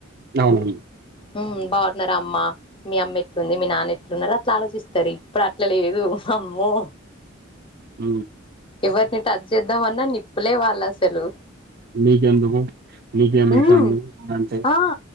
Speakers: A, on the right; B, on the left.
A: నవును
B: హ్మ్ బాన్నారా అమ్మ మీ అమ్మేట్లుంది మీ నాన్నెట్ లున్నారు అట్లా ఆలోచిస్తారు ఇప్పుడు అట్లా లేదు వామ్మో
A: ఊ
B: ఎవర్ ని టచ్ చేద్దాం అన్నా నిప్పులే వాళ్ళసలు
A: నీకెందుకు నీకేమైతాంది
B: హ్మ్
A: అంటే
B: ఆ